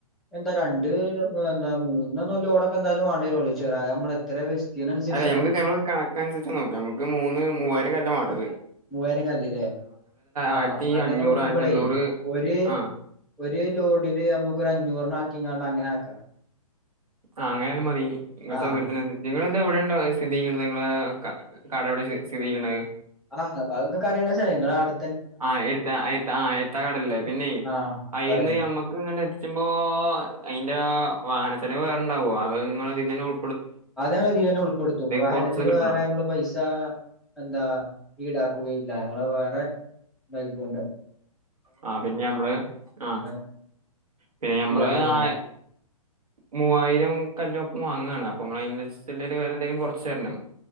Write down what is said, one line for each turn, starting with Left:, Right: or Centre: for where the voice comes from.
Centre: എന്താ രണ്ട് എന്താ മൂന്നന്ല്ലോടൊക്കെ എന്തായാലും വെണ്ടിവരും <unintelligible> നമ്മള എത്ര വിസ്തീർണം അനുസരിച്ചാണ്
Right: അല്ലെ നമുക്ക് നമ്മ കണക്കനുസരിച്ച് നോക്കാ നമുക്ക് മൂന്ന് മൂവായിരം കല്ല് വാണ്ടത്
Centre: മൂവായിരം കല്ല്ല്ലേ ആ
Right: ആയിരത്തി
Centre: അങ്ങനെ
Right: അഞ്ഞൂറ്
Centre: നോക്കുമ്പോളേ
Right: ആയിരത്തി എണ്ണൂറ്
Centre: ഒര്
Right: ആഹ്
Centre: ഒരു ലോഡില് നമുക്കെരഞ്ഞൂറെണാക്കിങ്ങാണ്ടങ്ങനെ ആക്ക
Right: ആ അങ്ങനാലും മതി ഇങ്ങളെ
Centre: ആഹ്
Right: സൗകര്യത്തിനനുസരിച്ച് നിങ്ങളെന്താ ഇവിടെണ്ട സ്ഥിതി ചെയ്യണത് നിങ്ങളെ കട എവിടെ സ്ഥിതി ചെയ്യണെ
Centre: ആ <unintelligible> ക്ക് അറിയണ സ്ഥലാ ഇങ്ങളെ അടു
Right: ആ എടുത്താ ആ എടുത്താ ആ എഴുത്താ കടല്ലേ പിന്നെ
Centre: ആഹ്
Right: അയിന്ന്
Centre: പറയൂ.
Right: ഞമ്മക്ക് ഇങ്ങനെ പ്പോ അയിൻ്റാ വാഹന ചെലവ് വേറെണ്ടാവോ അത്ങ്ങൾ ഇതിനെന്നെ കൊ
Centre: അതങ്ങൾ ഇീതിനെന്നെ ഉൾപ്പെടുത്തും വാഹനത്തിന്
Right: കൊറച്ച് കിട്ടണം
Centre: വേറെ ഞങ്ങൾ പൈസാ എന്താ ഈടാക്കുകയില്ല ങ്ങളത് വേറെ താക്കിക്കൊണ്ട്
Right: ആ പിന്നെ ഞമ്മള് ആ
Centre: ഏഹ്
Right: പിന്നെ ഞമ്മള്
Centre: ഈടാക്കുകയില്ല.
Right: ആ മൂവായിരം കല്ല് ഒപ്പം വാങ്ങാണ് അപ്പൊ നമ്മള് അതിന് അനുസരിച്ചുള്ള വെല എന്തെങ്കിലും കുറച്ചു തരണം